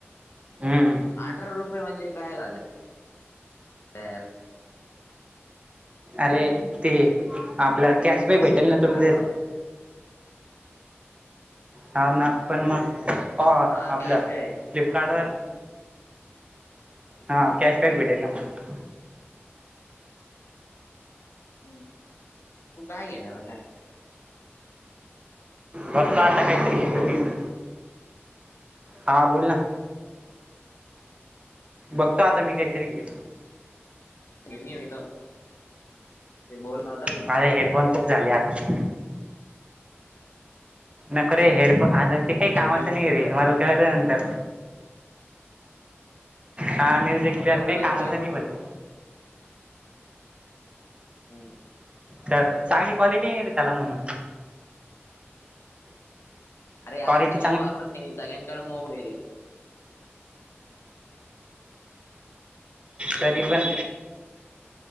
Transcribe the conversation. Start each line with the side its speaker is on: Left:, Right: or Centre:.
Right: हम्म
Left: अठरा रुपये म्हणजे काय झालं अँप
Right: अरे ते आपला कॅशबॅक भेटेल
Left: स्कीम
Right: ना
Left: ती
Right: तुला
Left: अठरा
Right: ते ह ना पण मग
Left: हा
Right: आपल्या
Left: कॅशबॅक
Right: फ्लिपकार्ट वर हा कॅश बॅक भेटेल ना मांग
Left: ह् तू काय घेणार ब काय
Right: बघतो आता काही तरी घेतो
Left: हॅलो
Right: मी ईथ हां बोल ना बघताो आता मी काहीतरी घे
Left: वेणी वेधआ ते बोल नवता तो
Right: माझे हेडफोन खूप झाले आता नको रे हेडफो आता तेी काही कामाचं
Left: म्युझिक
Right: नाही
Left: प्लेअर
Right: रे मलकळलं नंतर हा म्युझिक
Left: तुला
Right: क्लिअर
Left: बोललो
Right: काही कामचं
Left: मी पहिले बोललो
Right: नाही बन तो
Left: होतो.
Right: तर चांगली क्वालिटी त्याला म्हणून
Left: अरे
Right: क्वालिटी
Left: आज काल कोणी वापरत नाही सगळ्याकड मोबाईल आहे
Right: <inaudible> कररीबन